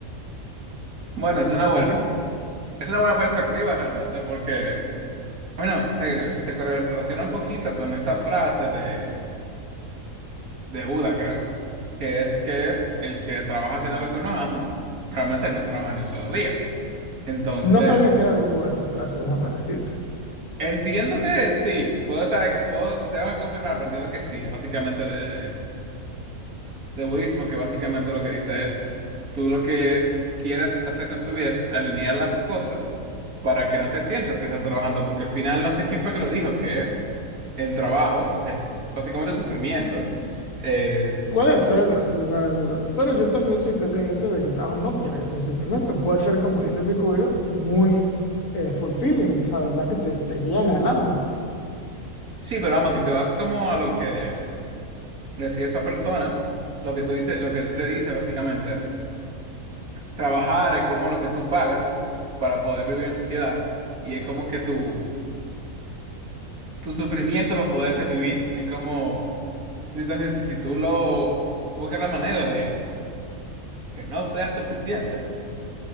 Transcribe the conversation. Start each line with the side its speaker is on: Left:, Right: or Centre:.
Right: Bueno, es
Left: No
Right: una
Left: sé
Right: buena,
Left: qué opinas.
Right: es una buena perspectiva realmente, porque, bueno, se, se correlaciona un poquito con esta frase de, de Buda, creo, que es que el que trabaja haciendo lo que uno ama, realmente no trabaja ni un solo día. Entonces,
Left: No sabía que era de Buda esa frase, déjame decirte.
Right: entiendo que sí, puedo estar, puedo, tengo que confirmar, pero entiendo que sí, es básicamente de de- de budismo, que básicamente lo que dice es, tú lo que quieres hacer con tu vida es alinear las cosas para que no te sientas que estás trabajando, porque al final no sé quién fue que lo dijo, que el trabajo es básicamente sufrimiento. Eh,
Left: Puede serlo, sin lugar a dudas. Pero yo también
Right: s-
Left: soy fiel creyente de que el trabajo no tiene que ser sufrimiento. Puede ser, como dice Picurio, muy eh, fulfilling, o sea, de verdad que te, te llena el alma.
Right: sí, pero vamos, si te vas como a lo que decía esta persona, lo que tú dices, lo que él te dice básicamente, trabajar es como lo que tú pagas para poder vivir en sociedad y es como que tú tu sufrimiento para poder revivir. Es como, si, entonces, si tú lo buscas la manera de que no sea suficiente,